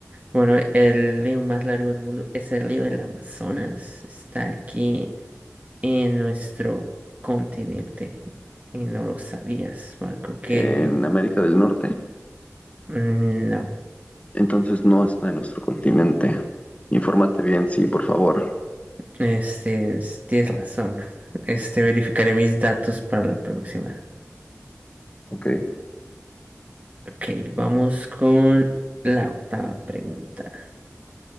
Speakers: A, on the right; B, on the left.
A: Bueno, el río más largo del mundo es el río del Amazonas. Está aquí en nuestro continente y no lo sabías, Marco, que
B: En América del Norte.
A: mm, no,
B: Entonces no está en nuestro continente. Infórmate bien, sí, por favor.
A: este, es- tienes razón. <laughs> Este, verificaré mis datos para la próxima.
B: Ok.
A: Ok, vamos con la octava pregunta.